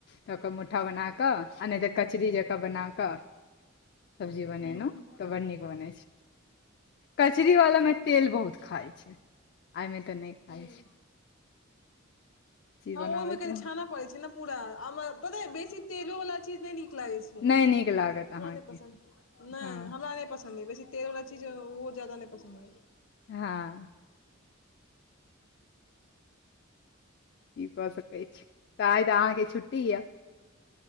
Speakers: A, on the left; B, on the left.
A: तऽ ओकरऽ मुठा बना कऽ आ नहि तऽ कचरी जँकाँ बना कऽ सब्जी बनेनौ
B: हूँ हूँ
A: तऽ बड्ड नीक बनैत छै कचरी वालामे तेल बहुत खाइ छैय एहिमे तऽ नहि खाइ
B: हूँ
A: छैय।
B: हँ
A: बनाबैत
B: ओहि मे कनी
A: रह
B: छाना पड़ै छै न पूरा पता बेसी तेलो वाला चीज नै नीक लागै छै हूं
A: नहि नीक लागत
B: हमरा
A: अहाँके
B: नहि पसंद नहि
A: हँ
B: हमरा नहि पसन्द य बेसी तेल वला चीज ओ जादा नहि पसन्द नहि
A: हँ ई कऽ सकै छै आइ त अहाँकेँ छुट्टी यए